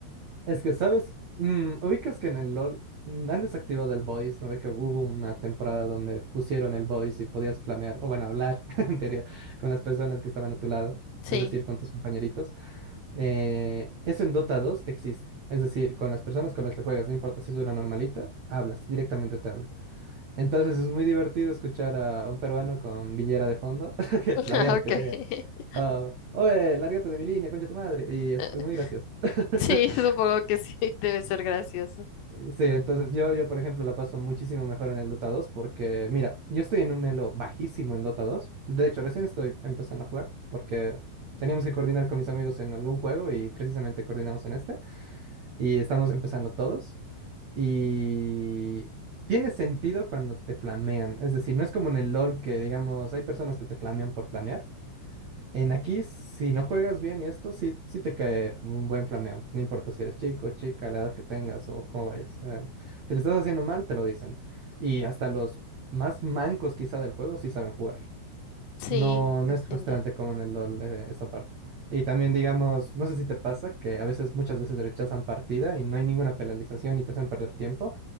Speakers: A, on the right; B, on the left.
A: Es que, ¿sabes? Mm, ubicas que en el LOL mm, han desactivado el voice, ¿no ve que hubo una temporada donde pusieron el voice y podías flamear, o bueno, hablar, <laughs> en teoría, con las personas que estaban a tu lado,
B: Sí,
A: es decir, con tus compañeritos? Eh, eso en Dota dos existe, es decir, con las personas con las que juegas, no importa si es una normalita, hablas, directamente te hablan. Entonces es muy divertido escuchar a un peruano con villera de fondo, <laughs> que
B: <laughs>
A: flamearte, eh,
B: ok.
A: ah, oye, lárgate de mi línea, concha tu madre, y es,
B: <laughs>
A: es muy gracioso. <laughs>
B: Sí, supongo que sí, <laughs> debe ser gracioso.
A: Sí, entonces yo, yo, por ejemplo, la paso muchísimo mejor en el Dota 2 porque, mira, yo estoy en un elo bajísimo en Dota 2. De hecho, recién estoy empezando a jugar porque teníamos que coordinar con mis amigos en algún juego y precisamente coordinamos en este. Y estamos empezando todos. Y tiene sentido cuando te flamean. Es decir, no es como en el LOL que, digamos, hay personas que te flamean por flamear. En aquí, si no juegas bien y esto, sí, sí te cae un buen flameo. No importa si eres chico, chica, la edad que tengas o cómo vayas. eh, si le estás haciendo mal, te lo dicen. Y hasta los más mancos quizá del juego sí saben jugar.
B: Sí,
A: No, no
B: entiendo.
A: es frustrante como en el LoL, eh, esa parte. Y también, digamos, no sé si te pasa que a veces, muchas veces rechazan partida y no hay ninguna penalización y te hacen perder tiempo.